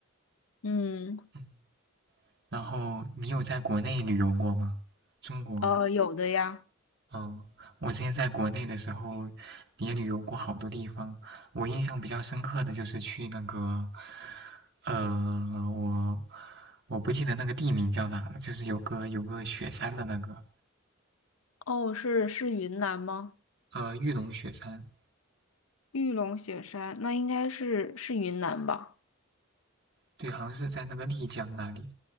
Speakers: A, on the left; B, on the right.
A: 嗯，
B: 嗯，然后你有在国内旅游过吗？中国？
A: 呃，有的呀。
B: 嗯，我之前在国内的时候也旅游过好多地方。我印象比较深刻的就是去那个，呃，我我不记得那个地名叫哪了，就是有个有个雪山的那个，
A: 哦，是是云南吗？
B: 呃，玉龙雪山。
A: 玉龙雪山，那应该是是云南吧？
B: 对，好像是在那个丽江那里。